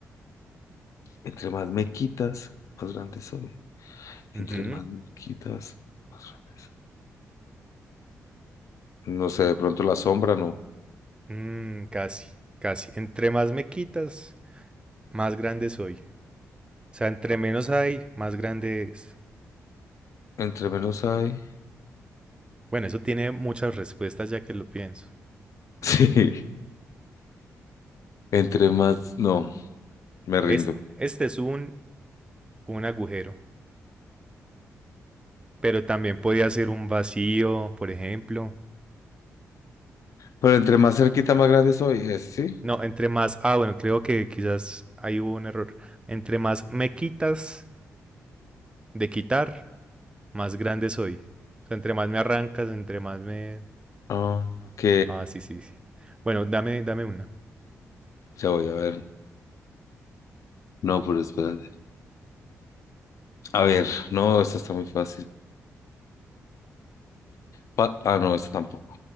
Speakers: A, on the left; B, on the right.
A: Entre más me quitas, más grande soy. Entre
B: Ujú.
A: más me quitas, más grande soy. No sé, de pronto la sombra, no.
B: Mm, casi, casi. Entre más me quitas, más grande soy. O sea, entre menos hay, más grande es.
A: Entre menos hay. <laughs>
B: Bueno, eso tiene muchas respuestas ya que lo pienso.
A: Sí, entre más, no, me rindo.
B: Es- Este, es un, un agujero, pero también podría ser un vacío, por ejemplo.
A: Pero entre más cerquita, más grande soy, es, ¿sí?
B: No, entre más, ah, bueno, creo que quizás ahí hubo un error. Entre más me quitas de quitar, más grande soy. O sea, entre más me arrancas, entre más me...
A: Ah, Ok,
B: Ah, sí, sí, sí. Bueno, dame, dame una.
A: ya voy a ver. No, pero espérate. A ver, no, esto está muy fácil. Pa- ah, no, eso tampoco.